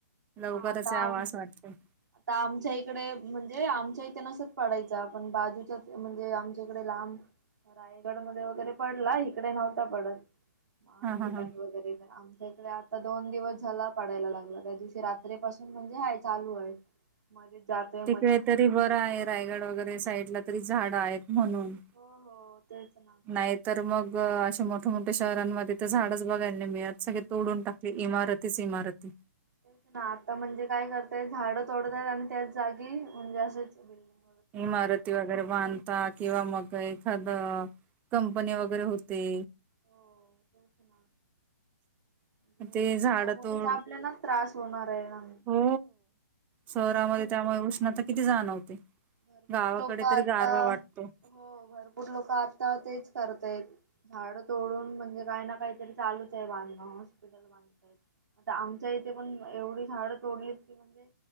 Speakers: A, on the right; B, on the right.
A: लवकरच
B: आता
A: यावा
B: आम
A: अस वाटतंय.
B: आता आमच्या इकडे म्हणजे आमच्या इथं नसच पाडायच पण बाजूच्या म्हणजे आमच्या कडे लांब रायगड मध्ये वगैरे पडला इकडे नव्हता पडत. महाड
A: हां, हां,
B: ठिकाणी
A: हां.
B: वगैरे तर आमच्या इकडे आता दोन दिवस झाला पडायला लागला त्या दिवशी रात्रीपासून म्हणजे हाय चालू आहे. मध्ये जाते.
A: तिकडे तरी बरं आहे रायगड वगैरे साईडला तरी झाडं आहेत म्हणून
B: हो हो तेच ना
A: नाही तर मग अे मोठया मोठ्या शहरांमध्ये तर झाडच बघायला नाही मिळत सगळे तोडून
B: नाही.
A: टाकले. इमारतीच इमारती
B: तेच ना आता म्हणजे काय करताय झाडं तोडतायत आणि त्याच जागी म्हणजे असेच बिल्डिंग
A: इमारत वगैरे बांधता किंवा मग एखाद कंपनी वगैरे होते.
B: हो तेच ना म्हजे
A: ते झाडं
B: ह्यामुळेच
A: तोड
B: आपल्याला त्रास होणार आहे ना.
A: हो शहरामध्ये त्यामुळे
B: लोक
A: उष्णता किती जाणवते.
B: भरपूर
A: गावाकडे
B: लोक आता
A: तरी गारवा वाटतो.
B: हो भरपूर लोक आता तेच करताय. झाड तोडून म्हणजे काय ना काहीतरी चालूच आहे बांधकाम हॉस्पिटल आता आमच्या इथे पण एवढी झाडं तोडलीत की म्हणजे